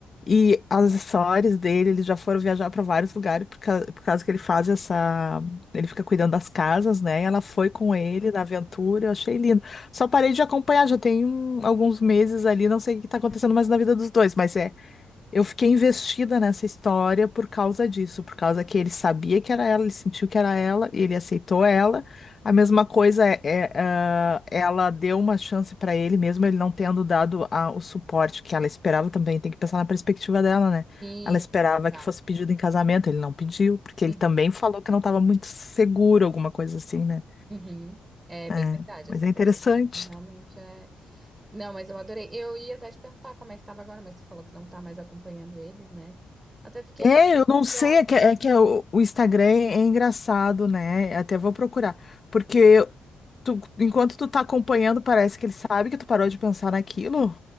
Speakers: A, on the left (about 35°); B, on the right (about 20°).
A: E as histórias dele, eles já foram viajar para vários lugares por causa, por causa que ele faz essa. Ele fica cuidando das casas, né? E ela foi com ele na aventura, eu achei lindo. Só parei de acompanhar, já tem um- alguns meses ali, não sei o que tá acontecendo mais na vida dos dois, mas é. Eu fiquei investida nessa história por causa disso, por causa que ele sabia que era ela, ele sentiu que era ela, ele aceitou ela. A mesma coisa é, é, ah, ela deu uma chance para ele, mesmo ele não tendo dado a- o suporte que ela esperava também. Tem que pensar na perspectiva dela, né?
B: Sim,
A: Ela esperava
B: sim, verdade.
A: que fosse pedido em casamento, ele não pediu, porque
B: Uhum,
A: ele também falou que não estava muito seguro, alguma coisa assim, né?
B: uhum. É bem
A: É,
B: verdade
A: mas
B: essa
A: é
B: perspectiva,
A: interessante.
B: realmente é. Não, mas eu adorei. Eu ia até te perguntar como é que tava agora, mas tu falou que não tá mais acompanhando eles, né? Até fiquei
A: É, eu não
B: curiosa.
A: sei, é que, é que o, o Instagram é engraçado, né? Até vou procurar. Porque Tu, enquanto tu tá acompanhando, parece que ele sabe que tu parou de pensar naquilo?